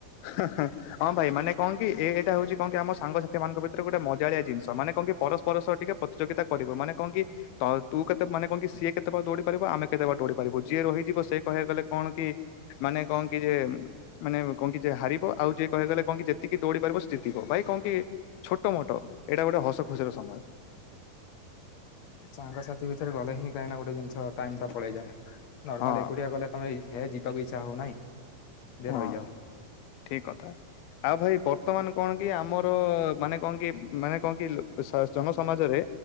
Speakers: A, on the left; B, on the left.
A: ହୁଁ ହାଁ। ହଁ ଭାଇ ମାନେ କହଣ କି ଏଇଟା ହଉଛି କହଣ କି ଆମ ସାଙ୍ଗସାଥି ମାନଙ୍କ ଭିତରେ ଗୋଟେ ମଜାଳିଆ ଜିନିଷ ମାନେ କଣ କି ପରସ୍ପର ସହ ଟିକେ ପ୍ରତିଯୋଗିତା କରିବ ମାନେ କଣ କି ତ ତୁ କେତେ ମାନେ କଣ କି ସିଏ କେତେ ବାର ଦୌଡି ପାରିବ ଆମେ କେତେ ବାର ଦୌଡି ପାରିବୁ ଯିଏ ରହିଯିବ ସେ କହିବାକୁ ଗଲେ କଣ କି ମାନେ କହଣ କି ଯେ ମାନେ କହଣ କି ଯେ ହାରିବ ଆଉ ଯିଏ କହିବା ଗଲେ କଣ କି ଯେ ଯେତିକି ଦୌଡି ପାରିବ ସେ ଜିତିିବ ଭାଇ କଣ କି ଛୋଟ ମୋଟ ଏଇଟା ଗୋଟେ ହସ ଖୁସିର ସମୟ।
B: ସାଙ୍ଗସାଥି ଭିତରେ ଗଲେ ହିଁ କାହିଁକି ଗୋଟେ ଜିନିଷ ଟାଇମ ଟା ପଳେଇଯାଏ ନର୍ମାଲ
A: ହଁ
B: ଏକୁଡିଆ ଗଲେ। ତୁମେ ହେ ଯିବାକୁ ଇଚ୍ଛା ହଉନାହିଁ
A: ହଁ।
B: ଯେ ରହିଯାଅ।
A: ଠିକ କଥା। ଆଉ ଭାଇ ବର୍ତ୍ତମାନ କଣ କି ଆମର ମାନେ କଣ କି ମାନେ କହ କି ସ ଜନସମାଜରେ